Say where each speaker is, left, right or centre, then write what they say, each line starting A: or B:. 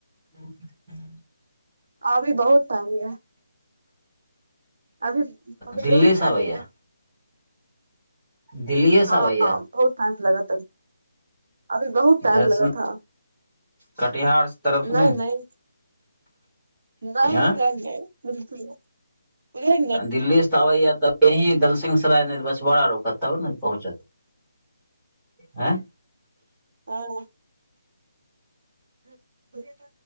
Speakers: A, in the centre; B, on the right.
A: हूँ
B: अभी बहुत टाइम एय अभी अभी
A: दिल्ली
B: बहुत
A: से
B: टाइम
A: आबैया
B: एय
A: दिल्लीए से
B: हँ
A: आबैया
B: बहुत टाइम लगत अभी बहुत टाइम
A: इधर
B: लगत
A: से
B: हाँ
A: कटिहार तरफ से
B: नहि नहि नहि
A: आँय
B: उधर नहि बिलकुल नहि उधर
A: दिल्ली से आबैया तऽ यही दलसिंहसराय बछबड़ा रोकत तब ने पहुँचत आँय
B: हँ ह <inaudible>